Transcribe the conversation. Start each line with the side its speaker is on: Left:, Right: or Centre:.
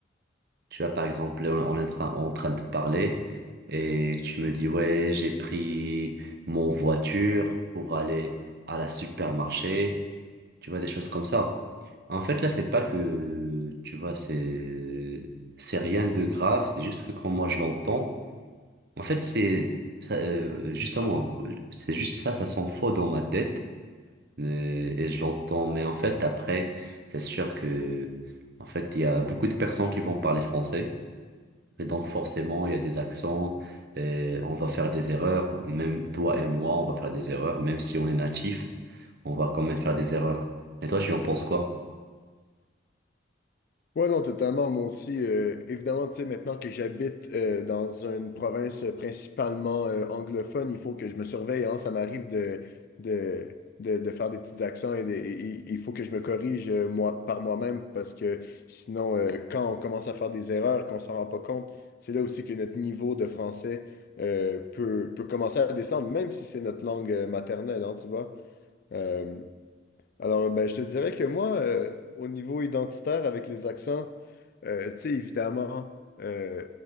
Right: Tu vois, par exemple, là, on est en train, en train de parler et tu me dis, ouais, j'ai pris mon voiture pour aller à la supermarché. Tu vois, des choses comme ça. En fait, là, c'est pas que, tu vois, c'est, c'est rien de grave. C'est juste que quand moi je l'entends, en fait, c'est, ça, euh, justement, c'est juste ça, ça s'en faux dans ma tête. mais- et je l'entends. Mais en fait, après, c'est sûr que, en fait, il y a beaucoup de personnes qui vont parler français. Et donc forcément, il y a des accents, et on va faire des erreurs, même toi et moi, on va faire des erreurs, même si on est natif, on va quand même faire des erreurs. Et toi, tu en penses quoi?
Left: Ouais, non, totalement. Moi aussi, euh, évidemment, tu sais, maintenant que j'habite euh, dans une province principalement euh, anglophone, il faut que je me surveille, hein. Ça m'arrive de, de, de, de faire des petits accents et, des- et- et il faut que je me corrige euh, moi, par moi-même parce que sinon, euh, quand on commence à faire des erreurs, qu'on s'en rend pas compte, c'est là aussi que notre niveau de français euh, peut, peut commencer à descendre, même si c'est notre langue euh, maternelle, hein, tu vois. Euh, alors, ben, je te dirais que moi, euh, au niveau identitaire avec les accents, euh, tu sais, évidemment, euh,